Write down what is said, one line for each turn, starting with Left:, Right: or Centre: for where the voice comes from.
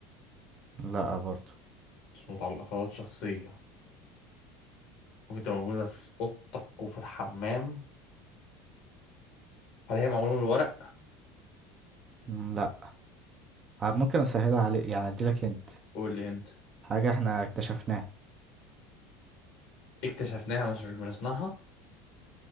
Right: لا برضو
Left: مش متعلقات شخصية ممكن تبقى موجودة في أوضتك وفي الحمام هل هي معمولة من الورق؟
Right: مم، لا آه، ممكن أسهلها عليك يعني أديلك انت
Left: قول لي أنت
Right: حاجة احنا اكتشفناها
Left: اكتشفناها مش مش من صنعها